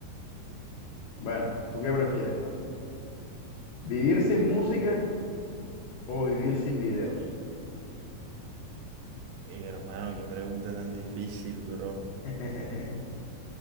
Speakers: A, on the left (about 75°); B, on the right (about 80°).
A: Bueno, pues, ¿tú qué prefieres,
B: sí.
A: mano? ¿Vivir sin música o vivir sin videos?
B: Ey, hermano, qué pregunta tan difícil, bro.
A: <laughs>